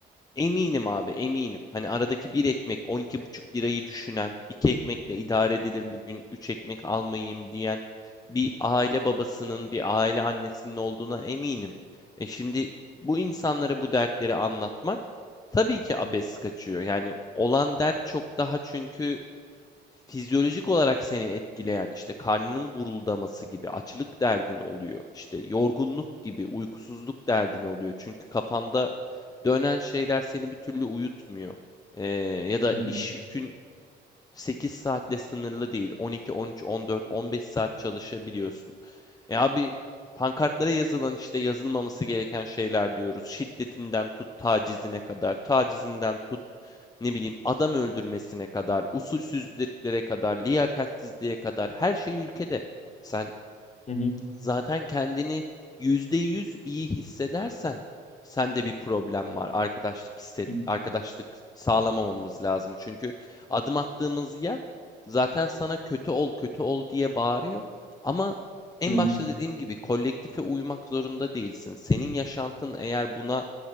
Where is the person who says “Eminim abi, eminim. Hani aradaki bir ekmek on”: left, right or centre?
Left